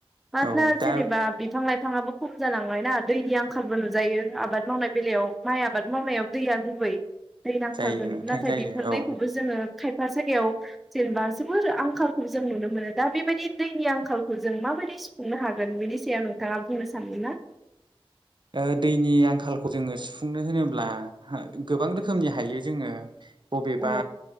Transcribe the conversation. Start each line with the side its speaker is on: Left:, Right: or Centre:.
Centre: मानोना
Right: औ दा
Centre: जेनेबा बिफां लाइफाङाबो खम जालां बेहायना दैनि आंखालबो नुजायो आबाद मावनाय बेलायाव माइ आबाद मावनायाव दैया गुबै दै नांथारगोन
Right: जायो नोंथां
Centre: नाथाय
Right: जायो
Centre: बेफोर
Right: औ
Centre: दैखौबो जोंङो खायफा जायगायाव जेनेबा जोबोर आंखालखौ जों नुनो मोनो दा बेबायदि दैनि आंखालखौ जों माबायदि सुफुंनो हागोन बेनि सायाव नोंथाङा बुंनो सानदों ना
Right: ओ दैनि आंखालखौ जोंङो सु खुंनो होनोब्ला गोबां रोखोमनि हायो जोंङो बबेबा
Centre: औ